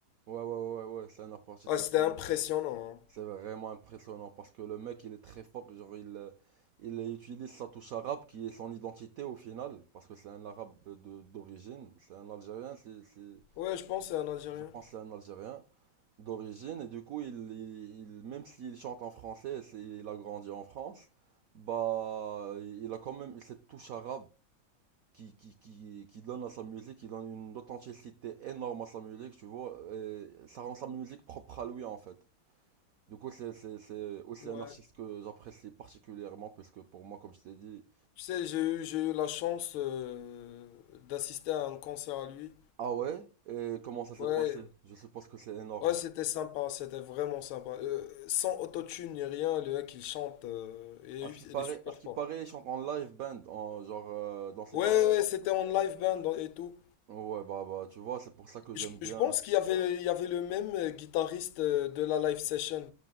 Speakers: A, on the right; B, on the left.
A: ouais, ouais, ouais, c'est un artiste
B: Ah,
A: comme
B: c'était
A: je t'ai
B: impressionnant.
A: dit.
B: hein.
A: C'est vraiment impressionnant parce que le mec, il est très fort. Genre, il, euh, il utilise sa touche arabe qui est son identité au final. Parce que c'est un arabe de, d'origine. C'est un Algérien. c'est, c'est-
B: Ouais, je pense que c'est un Algérien.
A: je pense que c'est un Algérien d'origine. Et du coup, il, il- il- même s'il chante en français, c'est, il a grandi en France, bah, il a quand même cette touche arabe qui, qui, qui, qui donne à sa musique, qui donne une authenticité énorme à sa musique, tu vois. Et ça rend sa musique propre à lui en fait. Du coup, c'est c'est- c'est aussi
B: Ouais.
A: un artiste que j'apprécie particulièrement, puisque pour moi, comme je t'ai dit,
B: Tu sais, j'ai eu, j'ai eu la chance euh, d'assister à un concert à lui.
A: ah ouais, et comment ça s'est
B: Ouais,
A: passé? Je suppose que c'est énorme.
B: ouais, c'était sympa, c'était vraiment sympa. Euh, sans autotune ni rien, le mec il chante, euh, et
A: À
B: il
A: ce qui paraît,
B: est super
A: à ce qui
B: fort.
A: paraît, il chante en live band, en, genre euh, dans ses
B: Ouais,
A: concerts.
B: ouais, c'était en live band et tout.
A: Ouais, bah, bah, tu vois, c'est pour ça que j'aime
B: Je,
A: bien.
B: je pense qu'il y avait, il y avait le même euh, guitariste euh, de la live session.